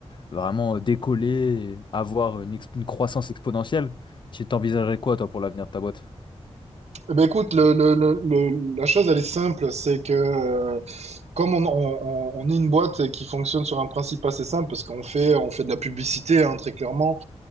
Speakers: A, on the left; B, on the right.
A: vraiment euh, décoller, et avoir une, exp- une croissance exponentielle. Tu t'envisagerais quoi, toi, pour l'avenir de ta boîte?
B: eh ben écoute, le, le, le, le- la chose elle est simple, c'est que euh, Comme on, on- on- on est une boîte qui fonctionne sur un principe assez simple, parce qu'on fait, on fait de la publicité, hein, très clairement,